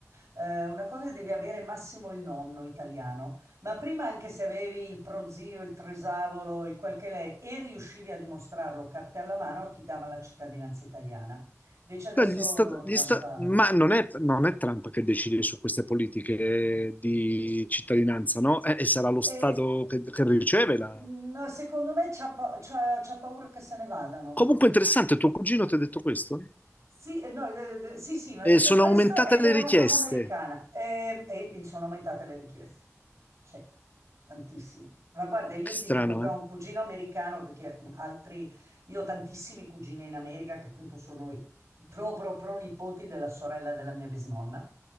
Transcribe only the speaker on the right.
eh, una cosa che devi avere massimo il nonno italiano, ma prima anche se avevi il prozio, il tresavolo, il quel che l'è e riuscivi a dimostrarlo cartella a mano, ti dava la cittadinanza italiana. Invece adesso
Trump
ha
ha
E,
mm, no, secondo me c'ha pa- c'ha- c'ha paura che se ne vadano.
Sì, eh, no, eh, eh, sì, sì, mi ha
detto
questo
ed
è una
cosa americana Ehm, e, e sono aumentate le richieste. Sì, tantissimi. Ma guarda, io
ti dico che ho
un cugino americano perché altri, io ho tantissimi cugini in America che appunto sono i pro pro pro nipoti della sorella della mia bisnonna.